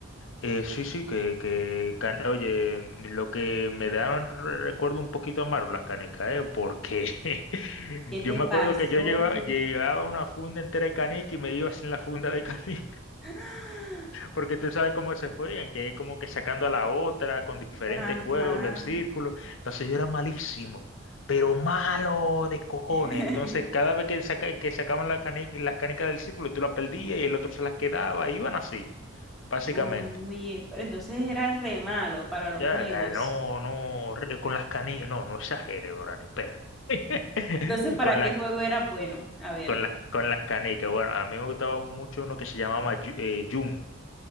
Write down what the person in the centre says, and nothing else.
¿Qué te
pasó?
<gasps>
Ajá.
<laughs>
Oye, pero entonces era re malo para los
juegos.
Entonces, ¿para
qué
juego era bueno? A ver,